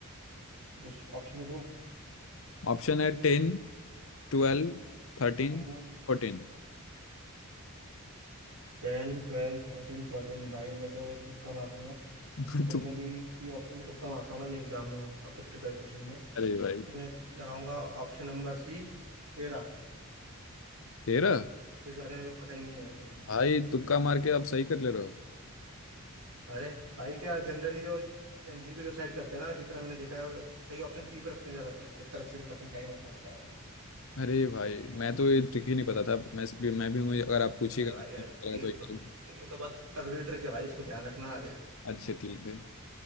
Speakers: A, on the right; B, on the left.
A: तो कुछ ऑप्शन तो दो
B: ऑप्शन है टेन ट्वेल्व थर्टीन
A: हम्म
B: फोर्टीन
A: टेन ट्वेल्व थर्टीन फोर्टीन भाई मैं तो एक तुक्का मारूंगा
B: <laughs>
A: जनरली
B: तो
A: सी ऑप्शन में तुक्का मारता हूँ भाई मैं एग्जाम में ऑब्जेक्टिव टाइप क्वेश्चन में
B: अरे भाई
A: तो मैं लगाऊंगा ऑप्शन नंबर सी तेरह
B: तेरह
A: क्योंकि इस बारे में जो पता ही नहीं है भाई कुछ भी
B: भाई तुक्का मार के आप सही कर ले रहे हो
A: अरे भाई क्या जनरली जो एमसीक्यू जो साइड करते हैं ना जितना मैंने देखा है वो सही ऑप्शन सी पे रखते हैं ज्यादातर सत्तर अस्सी परसेंट टाइम ऐसा होता है भाई
B: अरे भाई मैं तो ये ट्रिक ही नहीं पता था मैं भी मैं भी मुझे अगर आप पूछिएगा
A: अरे भाई
B: तो ठीक
A: यार
B: रहेगा,
A: ये
B: तो एक
A: तो
B: करूंगा।
A: ये तो बहुत तगड़ी ट्रिक है भाई इस पे ध्यान रखना आगे
B: अच्छा ठीक है